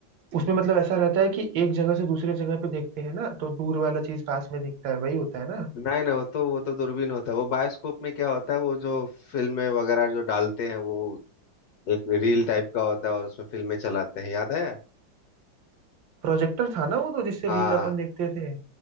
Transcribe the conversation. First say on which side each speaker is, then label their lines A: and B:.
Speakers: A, on the right; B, on the left.
A: उसमें मतलब ऐसा रहता है कि एक जगह से दूसरे जगह पे देखते हैं ना तो दूर वाला चीज पास में दिखता है वही होता है ना
B: नहीं नहीं वो तो वो तो दूरबीन होता है वो बायोस्कोप में क्या होता है वो जो फिल्में वगैरह जो डालते हैं वो एक रील टाइप का होता है और उसमें फिल्में चलाते हैं याद है
A: प्रोजेक्टर था ना वो तो जिससे
B: हाँ
A: रील अपन देखते थे